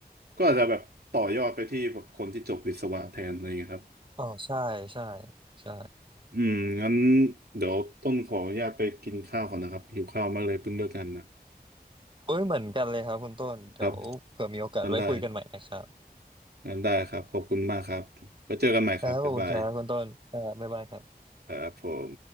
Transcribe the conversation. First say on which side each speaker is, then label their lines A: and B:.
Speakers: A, on the right; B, on the right.
A: ก็อาจจะแบบต่อยอดไปที่แบบคนที่จบวิศวะแทนอะไรอย่างเงี้ยครับ
B: อ๋อใช่ใช่ใช่
A: อืมงั้นเดี๋ยวต้นขออนุญาตไปกินข้าวก่อนนะครับหิวข้าวมากเลยเพิ่งเลิกงานมา
B: โอ้ยเหมือนกันเลยครับคุณต้นเดี๋ยวเผื่อมีโอกาสไว้คุยกันใหม่นะครับ
A: ครับงั้นได้งั้นได้ครับขอบคุณมากครับไปเจอกันใหม่ครับบ๊ายบาย
B: ครับขอบคุณครับคุณต้นครับบ๊ายบายครับ
A: ครับผม